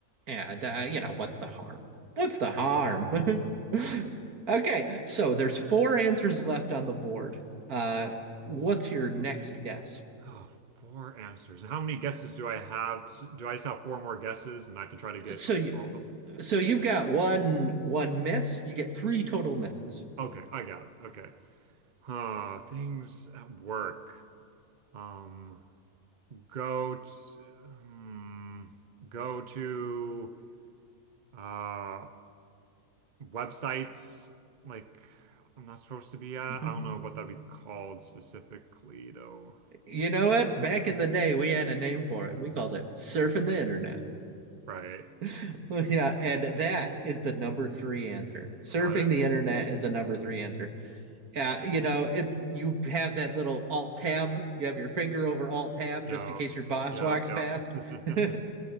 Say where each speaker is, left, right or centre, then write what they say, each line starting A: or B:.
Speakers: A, on the right; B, on the right.
A: And, uh, you know, what's the harm? What's the harm? <laughs> okay. So there's four answers left on the board. Uh, what's your next guess?
B: Oh, four answers. How many guesses do I have? To, do I just have four more guesses and I have to try to get
A: So you,
B: all of them?
A: so you've got one one miss, you get three total misses.
B: Okay, I got it. Okay. Huh, things at work. Um, go to, hmm, go to uh websites like I'm not supposed to be at.
A: Mhm.
B: I don't know what that'd be called specifically though.
A: You know what? Back in the day, we had a name for it. We called it surfing the internet.
B: Right.
A: <laughs> yeah, and that is the number three answer. Surfing
B: Got it?
A: the internet is a number three answer. Yeah, uh, you know, it, you have that little alt tab. You have your finger over alt tab
B: Yeah.
A: just in case your boss
B: yep,
A: walks
B: yep.
A: past.
B: <laughs>
A: <laughs>